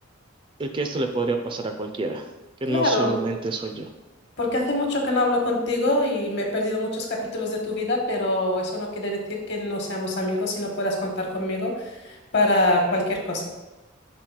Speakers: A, on the right; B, on the left.
A: el que esto le podría pasar a cualquiera, que no
B: Claro,
A: solamente soy yo.
B: porque hace mucho que no hablo contigo y me he perdido muchos capítulos de tu vida, pero eso no quiere decir que no seamos amigos y no puedas contar conmigo para cualquier cosa.